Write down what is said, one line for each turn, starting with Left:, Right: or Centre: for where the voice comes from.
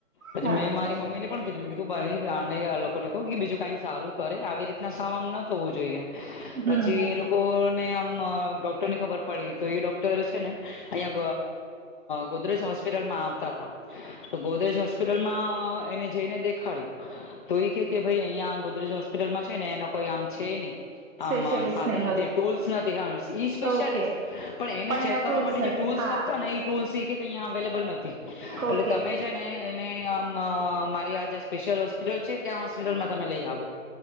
Left: પછી
Right: બરોબર
Left: મેં મારી મમ્મી ને પણ કીધું મે કીધું આને લોકોને કહું કે બીજું કઈ સારું કરે આવી રીતના સામ ન થવું જોઈએ
Right: હમ
Left: પછી એ લોકો ને ડોક્ટર ની ખબર પડી તો એ ડોક્ટર છે ને અહીં ગોદરાજ હોસ્પિટલ આવતા તો ગોદરેજ હોસ્પ હોસ્પિટલમાં એને જઈને દેખાડ્યું તો એ કે કે ભાઈ અહિયાં ગોદરેજ હોસ્પિટલમાં છે ને એનો કો આમ છે નહી
Right: સ્પેશિયલિસ્ટ
Left: આ સાધન
Right: નહી હોય
Left: નથી ટોલ્સ નથી ઈ સ્પેશલસ્ટ
Right: ઓકે
Left: પણ એને
Right: એના
Left: ચેક કરવા
Right: ટૂલ્સ
Left: માટે
Right: નથી
Left: ટ
Right: હા
Left: ને ટૂલ્ અવેલેબલ નથી એટલે
Right: ઓકે
Left: તમે છે ને સ્લ હોસ્પિટલ છે ત્યાં હોસ્પિટલમાં તમે લઈ આવો